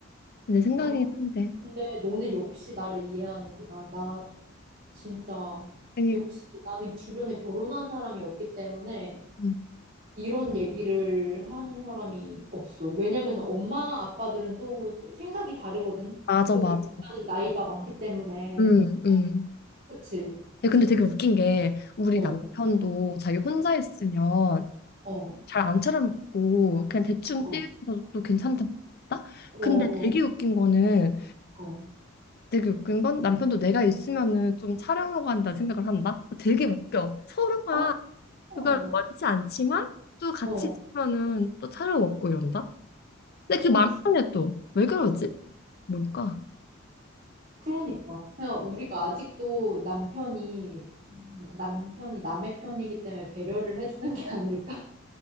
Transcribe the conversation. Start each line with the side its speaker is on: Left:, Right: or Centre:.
Left: 내 생각이긴
Right: 아,
Left: 한데.
Right: 근데 너는 역시 나를 이해하는구나. 나 진짜
Left: 그러니까,
Right: 역시 나는 주변에 결혼한 사람이 없기 때문에
Left: 음.
Right: 이런 얘기를 하는 사람이 없어. 왜냐면 엄마 아빠들은 또 생각이 다르거든.
Left: 맞아,
Right: 또
Left: 맞아.
Right: 우리는 나이가 많기 때문에.
Left: 음, 음.
Right: 그치?
Left: 예, 근데 되게 웃긴 게 우리
Right: 어,
Left: 남편도
Right: 어,
Left: 자기 혼자 있으면
Right: 어,
Left: 잘 안 차려먹고 그냥 대충
Right: 어,
Left: 띄우면서도 괜찮다.
Right: 어,
Left: 근데 되게
Right: 어.
Left: 웃긴 거는
Right: 어.
Left: 되게 웃긴 건 남편도 내가 있으면은 좀 차려먹어 한다는 생각을 한다. 되게 웃겨. 서로가
Right: 어.
Left: 그걸
Right: 어,
Left: 원치 않지만 또 같이
Right: 어,
Left: 있으면은 또 차려먹고 이런다. 근데 그게
Right: 어,
Left: 마음
Right: 그-
Left: 편해 또. 왜 그러지? 뭘까?
Right: 그러니까. 그냥 우리가 아직도 남편이, 남편이 남의 편이기 때문에 배려를 해주는 게 아닐까?